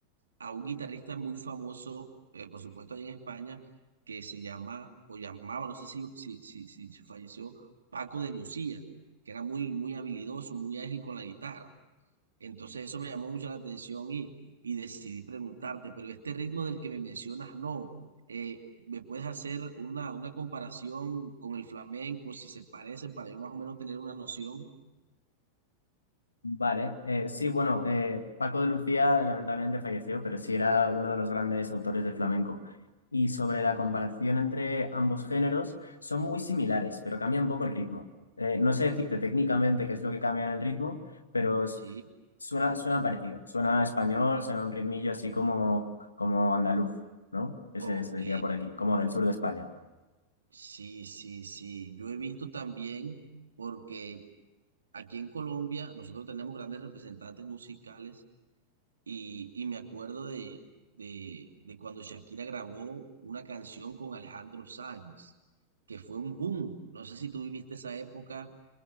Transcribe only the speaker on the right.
a un guitarrista muy famoso, eh, por supuesto, allá en España, que se llama, o llamaba, no sé si, si, si, si, si falleció, Paco de Lucía, que era muy, muy habilidoso, muy ágil con la guitarra. Entonces eso me llamó mucho la atención y, y decidí preguntarte, pero este ritmo del que me mencionas, no. Eh, ¿me puedes hacer una, una comparación con el flamenco, si se parecen, para yo más o menos tener una noción?
Sí.
Ok,
sí, sí, sí. Yo he visto también, porque aquí en Colombia nosotros tenemos grandes representantes musicales Y, y me acuerdo de, de, de cuando Shakira grabó una canción con Alejandro Sanz, que fue un boom. No sé si tú viviste esa época,